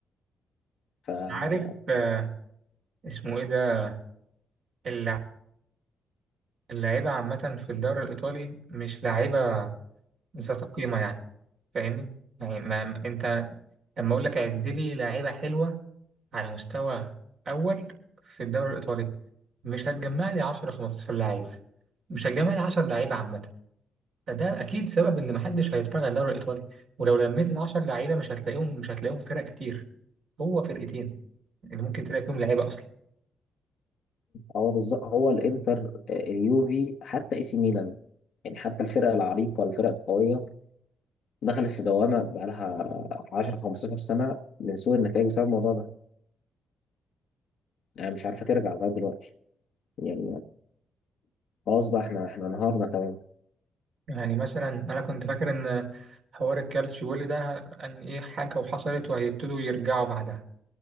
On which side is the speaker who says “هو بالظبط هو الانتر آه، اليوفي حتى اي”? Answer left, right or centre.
Left